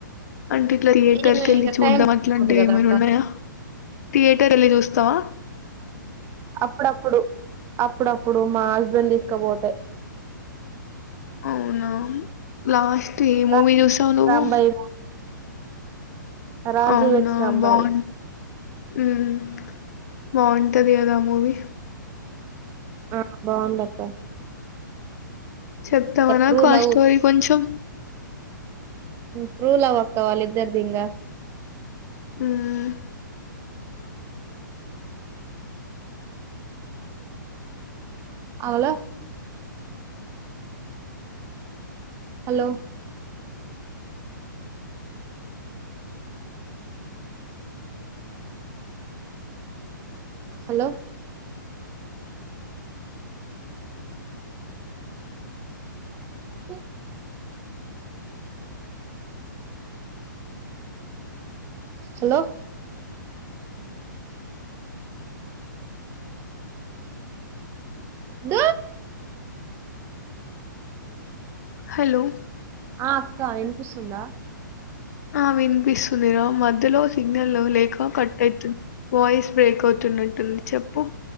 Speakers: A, on the left; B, on the right.
A: అంటే ఇట్లా థియేటర్కి
B: ఈమె
A: వెళ్ళి
B: ఇగ
A: చూడ్డం
B: టైం
A: అట్లాంటివి
B: పోదు కదా
A: ఏమైనా
B: అక్క
A: ఉన్నాయా, థియేటర్ వెళ్ళి చూస్తావా,
B: అప్పుడప్పుడు అప్పుడప్పుడు మా హస్బెండ్ తీసుకుపోతే
A: అవునా లాస్ట్ టీ
B: రా
A: మూవీ చూసావ్ నువ్వు
B: రాంబాయి రాజు
A: అవునా
B: వెడ్స్ రాంబాయి
A: బాగున్ మ్మ్ <unintelligible> మూవీ
B: ఆ బావుందక్క
A: చెప్తావా నాకు
B: ట్రూ
A: ఆ
B: లవ్
A: స్టోరీ కొంచెం
B: ట్రూ లవ్ అక్క వాళ్ళిద్దరిదీ ఇంకా
A: హ్మ్
B: అవలా హలో హలో ఆ హలో బ
A: హలో
B: ఆ అక్కా వినిపిస్తుందా
A: ఆ వినిపిస్తుందిరా మధ్యలో సిగ్నల్ లేక కట్ అయితుంది వాయిస్ బ్రేక్ అవుతున్నట్టుంది చెప్పు